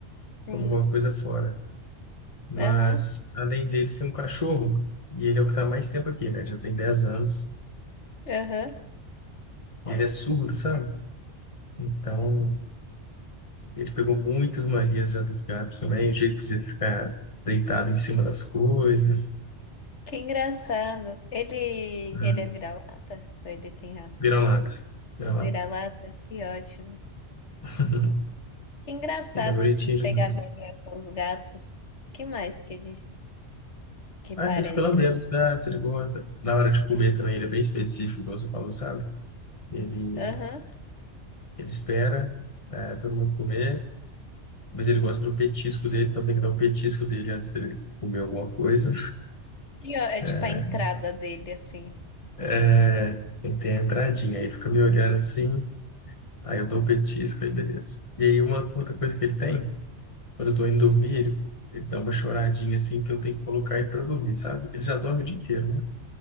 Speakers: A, on the left; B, on the left.
A: sim.
B: comem alguma coisa fora. Mas,
A: Aham,
B: além deles, tem um cachorro. E ele é o que está mais tempo aqui, né? Já tem 10 anos.
A: aham.
B: E ele é surdo, sabe? Então, ele pegou muitas manias já dos gatos também. O jeito de ele ficar deitado em cima das coisas.
A: Que engraçado. Ele,
B: Hum,
A: ele é vira-lata? Ou Ele tem raça?
B: Vira-lata. Vira-lata.
A: Vira-lata? Que ótimo.
B: <laughs>
A: Que engraçado
B: Ele é bonitinho
A: isso de pegar
B: demais.
A: mania com os gatos. Que mais que ele que
B: Ah,
A: parece?
B: ele fica lambendo os gatos, ele gosta. Na hora de comer também, ele é bem específico, igual você falou, sabe? Ele,
A: Aham.
B: ele espera eh, todo mundo comer, mas ele gosta do petisco dele, então tem que dar o petisco dele antes dele comer alguma coisa.
A: E ó, é
B: É,
A: tipo a entrada dele, assim. <laughs>
B: é, tem que ter a entradinha. Aí ele fica me olhando assim, aí eu dou o petisco, aí beleza. E aí uma outra coisa que ele tem, quando eu tô indo dormir, ele, ele dá uma choradinha assim, que eu tenho que colocar ele pra dormir, sabe? Ele já dorme o dia inteiro, né?